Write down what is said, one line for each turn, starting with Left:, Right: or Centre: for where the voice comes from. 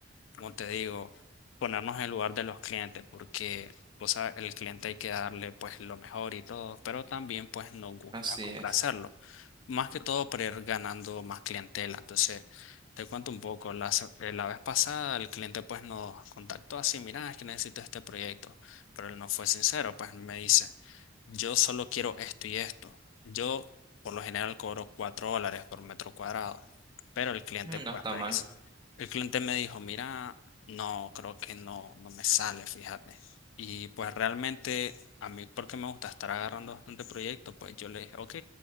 Left: como te digo, ponernos en el lugar de los clientes, porque vos sabes, el cliente hay que darle pues lo mejor y todo, pero también pues nos gusta
Right: así
Left: complacerlo,
Right: es.
Left: más que todo para ir ganando más clientela. Entonces, te cuento un poco, la, se- eh, la vez pasada el cliente pues nos contactó así, mira, es que necesito este proyecto, pero él no fue sincero, pues me dice, yo solo quiero esto y esto. Yo por lo general cobro 4 dólares por metro cuadrado, pero el cliente
Right: Mm,
Left: pues
Right: No está
Left: me
Right: mal.
Left: dice... El cliente me dijo, mira, no, creo que no, no me sale, fíjate. Y pues realmente a mí, porque me gusta estar agarrando bastante proyecto, pues yo le dije, ok,